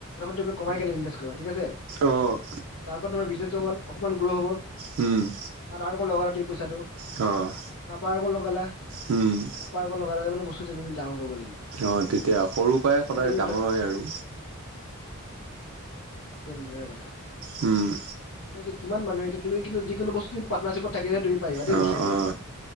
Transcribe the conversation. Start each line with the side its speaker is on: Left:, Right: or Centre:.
Left: তুমি কমাই কেনে ইনভেষ্ট কৰিবা ঠিক আছে তাৰপৰা
Right: অ',
Left: তোমাৰ বিজনেছটো অল অকণমান গ্ৰ' হ'ব
Right: উম
Left: ত আৰু কো লগা পইচাটো। <unintelligible>
Right: অ
Left: তাৰ পৰাৰা আৰু ক লগালে। <unintelligible>
Right: উম
Left: পাৰ্ লগে ম ব্তুাও কৰিব লাগিব? <unintelligible>
Right: অঁ তেতিয়া সৰুৰ পৰাই
Left: গতিকে
Right: সদায়
Left: তুমি
Right: ডাঙৰ
Left: ধৰা
Right: হয় আৰু।
Left: সেই তেনে ধৰণৰে কথা।
Right: উম
Left: মানে কিমান মানুহ এতিয়া তুমি কিন্তু যিকোনো বস্তু পাতনাৰশ্বিপত থাকিলে তুমি পাইবা দেই
Right: অ
Left: বস্তটো কৰিব
Right: অ
Left: কাৰনে